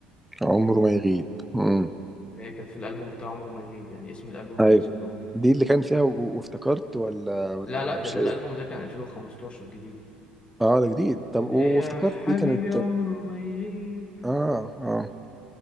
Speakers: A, in the centre; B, on the left.
A: عمره ما يغيب امم
B: اللي هي كانت في الالبوم بتاع عمره ما يغيب يعني اسم الالبوم
A: ايوه
B: على اسم الاغنيه
A: دي اللي كان فيها و- وافتكرت ولا ولا
B: لا
A: ولا
B: لا ده
A: مش
B: ده الالبوم
A: هي
B: ده كان 2015 جديد
A: اه ده جديد طب
B: اللي
A: وافتكرت
B: هي حبيبي
A: دي كانت
B: يا عمر وما يغيب
A: اه اه